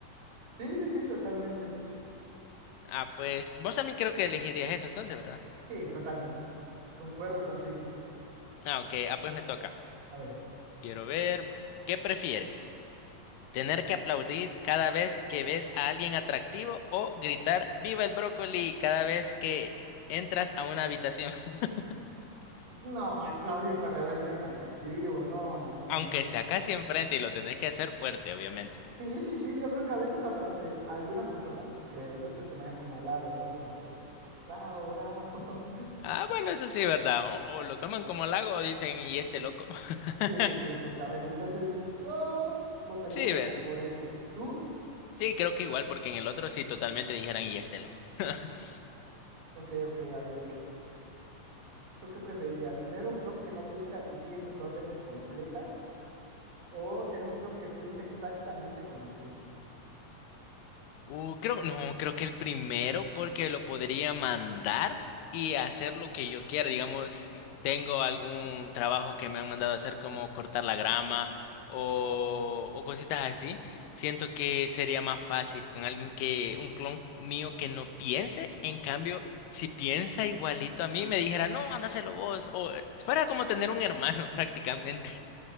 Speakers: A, on the right (about 70°); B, on the left (about 85°).
A: Sí, sí, sí, totalmente.
B: Ah, pues vos también creo que elegirías eso entonces, ¿verdad?
A: Sí, totalmente. Concuerdo contigo.
B: Ah, ok, ah, pues me toca.
A: A ver,
B: Quiero ver, ¿qué prefieres? ¿Tener que aplaudir cada vez que ves a alguien atractivo o gritar viva el brócoli cada vez que entras a una habitación? <laughs>
A: no aplaudir cuando ve a alguien atractivo, no, no, no.
B: Aunque sea casi enfrente y lo tenés que hacer fuerte, obviamente.
A: Sí, sí, sí, yo creo que a veces hasta se, algunas personas, creo yo, se lo tomarían como halago, ¿no? Como de, bravo, bravo. <laughs>
B: Ah, bueno, eso sí, ¿verdad? O, o lo toman como halago o dicen, ¿y este loco? <laughs>
A: Sí, sí, sí, justamente. Entonces, yo votaría
B: Sí,
A: como
B: ¿verdad?
A: por eso. ¿Tú?
B: Sí, creo que igual, porque en el otro sí totalmente dijeran, ¿y este loco? <laughs>
A: Ok, ok, a ver. ¿Tú qué preferirías? ¿Tener un clon que no piensa y sigue tus órdenes completas? ¿O tener un clon que piensa exactamente como tú?
B: Uh, creo, no, creo que el primero porque lo podría mandar y hacer lo que yo quiera. Digamos, tengo algún trabajo que me han mandado a hacer como cortar la grama o, o cositas así. Siento que sería más fácil con alguien que, un clon mío que no piense. En cambio, si piensa igualito a mí, me dijera, no, ándaselo vos. O eh, fuera como tener un hermano <laughs> prácticamente.